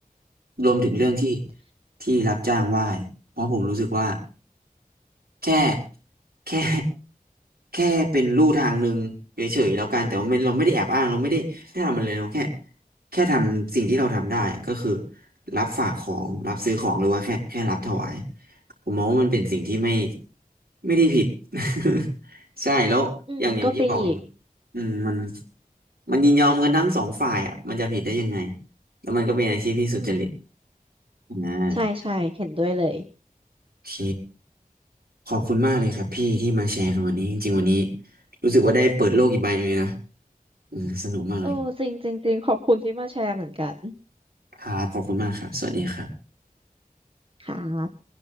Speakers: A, on the right; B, on the right.
A: รวมถึงเรื่องที่
B: อืม
A: ที่รับจ้างไหว้เพราะผมรู้สึกว่า แค่แค่แค่เป็นลู่ทางหนึ่งเฉยๆแล้วกันแต่ว่าไม่เราไม่ได้แอบอ้างเราไม่ได้ได้ทำอะไรเลยเราแค่แค่ทำสิ่งที่เราทำได้ก็คือรับฝากของรับซื้อของหรือว่าแค่แค่รับถวายผมมองว่ามันเป็นสิ่งที่ไม่ไม่ได้ผิด <laughs> ใช่แล้วอย่างอย่างที่บอกเลย
B: อืมก็จริงอีก
A: อืมมันมันยินยอมกันทั้งสองฝ่ายอ่ะมันจะผิดได้ยังไงแล้วมันก็เป็นอาชีพที่สุจริต
B: อืม
A: อ่า
B: ใช่ใช่เห็นด้วยเลย
A: โอเค ขอบคุณมากเลยครับพี่ที่มาแชร์กันวันนี้จริงๆวันนี้รู้สึกว่าได้เปิดโลกอีกใบหนึงเลยนะอืมสนุกมากเลย
B: เออจริงจริงจริงขอบคุณที่มาแชร์เหมือนกัน
A: ครับขอบคุณมากครับสวัสดีครับ
B: ค่ะ